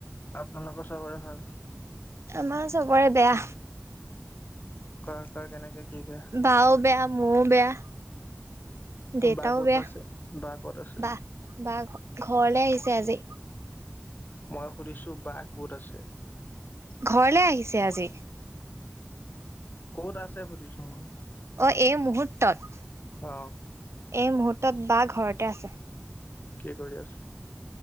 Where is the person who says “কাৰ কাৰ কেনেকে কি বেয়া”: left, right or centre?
Left